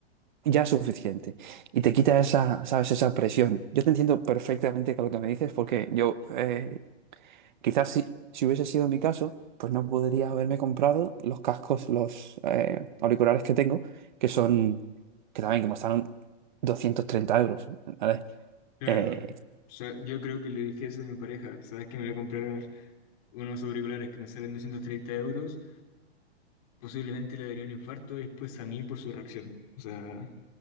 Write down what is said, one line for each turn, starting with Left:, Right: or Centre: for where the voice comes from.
Right: ya es suficiente. Y te quita esa, ¿sabes? Esa presión. Yo te entiendo perfectamente con lo que me dices, porque yo eh, quizás si, si hubiese sido mi caso, pues no podría haberme comprado los cascos, los eh, auriculares que tengo, que son, que también que costaron 230 euros, ¿vale?
Left: claro.
Right: Eh,
Left: O sea, yo creo que le dije eso a mi pareja, ¿sabes que me voy a comprar unos auriculares que me salen 230 euros? posiblemente le daría un infarto y después a mí por su reacción. O sea,